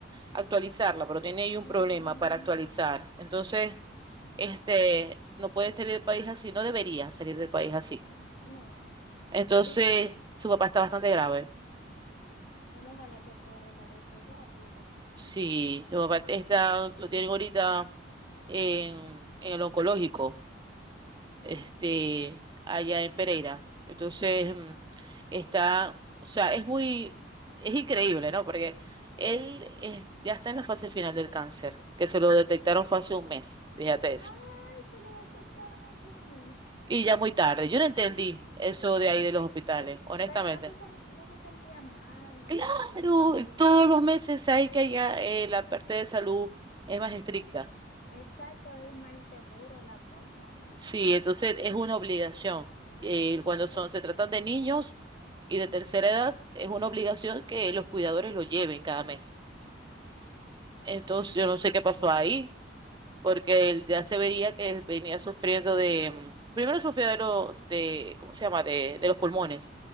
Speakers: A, on the right; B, on the left.
A: actualizarla, pero tiene ahí un
B: Mm,
A: problema para actualizar. Entonces, este, no puede salir del país así, no debería salir del país así.
B: no.
A: Entonces,
B: Sí, sí.
A: su papá está bastante grave.
B: Bueno, ojalá que pueda arreglar eso rápido.
A: Sí, su papá está, lo tienen ahorita en en el oncológico. este,
B: Sí.
A: allá en Pereira. Entonces, mm, está, o sea, es muy, es increíble, ¿no? Porque él eh, ya está en la fase final del cáncer, que se lo detectaron fue hace un mes, fíjate eso.
B: Ay, se lo detectaron hace un mes.
A: Y ya muy tarde, yo no entendí eso de ahí de los hospitales, honestamente.
B: Pero no se, sen- no se sentía mal o
A: Claro,
B: algún síntoma.
A: todos los meses hay que allá eh, la parte de salud es más estricta.
B: Exacto, es mal seguro la cosa.
A: Sí, entonces es una obligación. Eh, cuando son, se tratan de niños y de tercera edad, es una obligación que los cuidadores lo lleven cada mes. Entonces
B: Ah,
A: yo no sé qué pasó ahí, porque él ya se veía que venía sufriendo de, mm, primero sufrió de lo, de, ¿cómo se llama? De, de los pulmones,